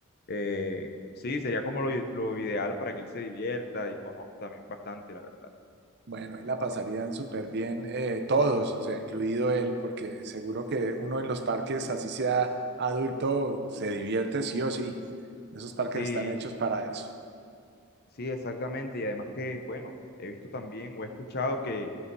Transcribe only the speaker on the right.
Bueno, ahí la pasarían súper bien eh, todos, o sea, incluido él, porque seguro que uno en los parques, así sea adulto, se divierte sí o sí. Esos parques
están hechos para eso.